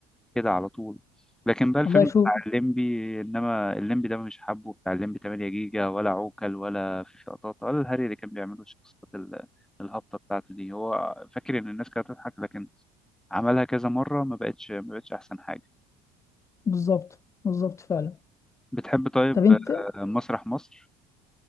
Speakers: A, in the centre; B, on the left.
A: كده على طول لكن بقى الفيلم
B: والله شوف
A: بتاع الليمبي انما الليمبي ده مش حابه بتاع الليمبي 8 جيجا ولا عوكل ولا في قطاطا ولا الهري اللي كان بيعمله الشخصيات ال- الهابطه بتاعته دي هو فاكر ان الناس كانت هتضحك لكن عملها كذا مره ما بقتش ما بقتش احسن حاجه
B: بالظبط بالظبط فعلا
A: بتحب طيب
B: طب انت
A: آه، مسرح مصر